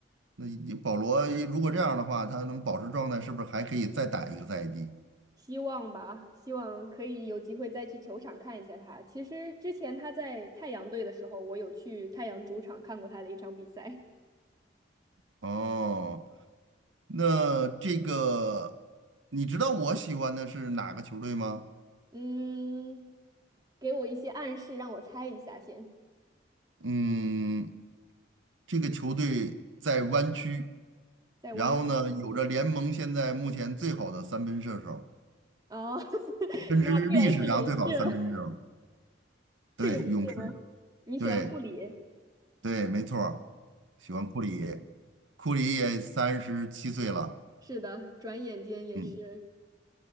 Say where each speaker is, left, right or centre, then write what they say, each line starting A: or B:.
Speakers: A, on the right; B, on the right.
A: 那你保罗如果这样的话，他能保持状态，是不是还可以再打一个赛季？
B: 希望吧，希望可以有机会再去球场看一下他。其实之前他在太阳队的时候，我有去太阳主场看过他的一场比赛。
A: 哦。那这个，你知道我喜欢的是哪个球队吗？
B: 嗯，给我一些暗示，让我猜一下先。
A: 嗯，这个球队在湾区，
B: 在湾
A: 然后呢，有着联盟现在目前最好的三分射手，
B: 哦，<laughs>
A: 甚至是历史上最好的三分射手。
B: 那必然是勇士了
A: 对，
B: 是勇士吗？
A: 勇士，
B: 你喜欢库里？
A: 对对，没错儿喜欢库里，库里也三十七岁了，
B: 是的，转眼间也是，
A: 嗯。